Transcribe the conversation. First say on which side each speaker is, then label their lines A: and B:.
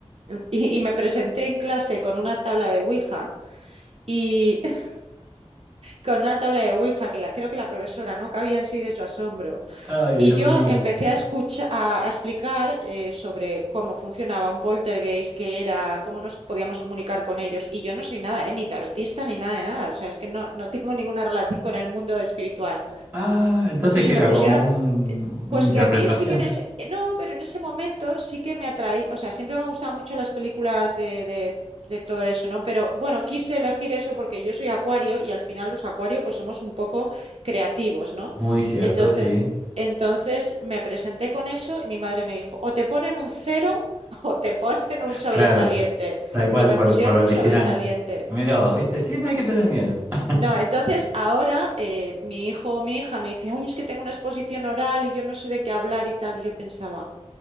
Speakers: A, on the right (about 60°); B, on the right (about 20°).
A: Y, y me presenté en clase con una tabla de Ouija y <laughs> con una tabla de Ouija que la, creo que la profesora no cabía en sí de su asombro.
B: Ay,
A: Y
B: Dios
A: yo
B: mío.
A: empecé a escuchar, a, a explicar eh, sobre cómo funcionaba un poltergeist, qué era, cómo nos podíamos comunicar con ellos. Y yo no soy nada, eh, ni tarotista ni nada de nada. O sea, es que no, no tengo ninguna relación con el mundo espiritual.
B: Ah, entonces
A: Y
B: que
A: me
B: era
A: pusieron
B: como un- una
A: Pues
B: interpretación.
A: que a mí sí que en ese, eh, no, pero en ese momento sí que me atraí, o sea, siempre me han gustado mucho las películas de, de- de todo eso, ¿no? Pero bueno, quise elegir eso porque yo soy acuario y al final los acuarios pues somos un poco creativos, ¿no?
B: Muy cierto,
A: Entonces,
B: sí.
A: entonces me presenté con eso y mi madre me dijo, o te ponen un cero <laughs> o te ponen un sobresaliente.
B: Claro, tal cual,
A: Y me
B: por,
A: pusieron
B: por original.
A: un sobresaliente.
B: Mirá vos, ¿viste? Sí, no hay que tener miedo. <laughs>
A: No, entonces ahora eh, mi hijo o mi hija me dice, ay, es que tengo una exposición oral y yo no sé de qué hablar y tal. Y yo pensaba.